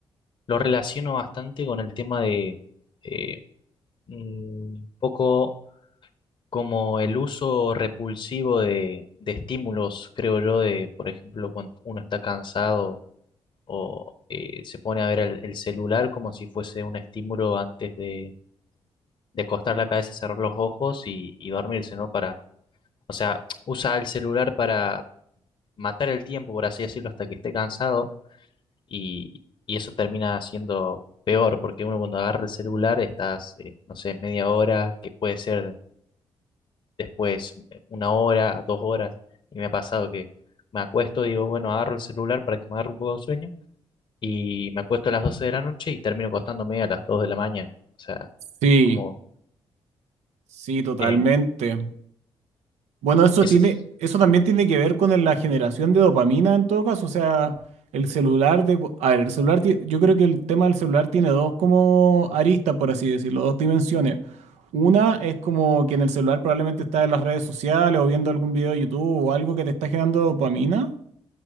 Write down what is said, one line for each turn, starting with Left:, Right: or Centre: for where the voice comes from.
Left: lo relaciono bastante con el tema de eh, un poco como el uso repulsivo de, de estímulos, creo yo, de, por ejemplo, cuando uno está cansado o eh, se pone a ver el, el celular como si fuese un estímulo antes de, de acostar la cabeza, cerrar los ojos y, y dormirse, ¿no? Para, o sea, usa el celular para matar el tiempo, por así decirlo, hasta que esté cansado y, y eso termina siendo peor, porque uno cuando agarra el celular estás, eh, no sé, media hora, que puede ser después eh, una hora, dos horas, y me ha pasado que me acuesto y digo, bueno, agarro el celular para que me agarre un poco de sueño y me acuesto a las 12 de la noche y termino acostándome a las 2 de la mañana, o sea,
Right: Sí,
Left: como,
Right: sí, totalmente.
Left: eh,
Right: Bueno, eso
Left: eso,
Right: tiene,
Left: es-
Right: eso también tiene que ver con el- la generación de dopamina en todo caso, o sea, el celular de, a ver, el celular, ti- yo creo que el tema del celular tiene dos como aristas, por así decirlo, dos dimensiones. Una es como que en el celular probablemente estás en las redes sociales o viendo algún video de YouTube o algo que te está generando dopamina.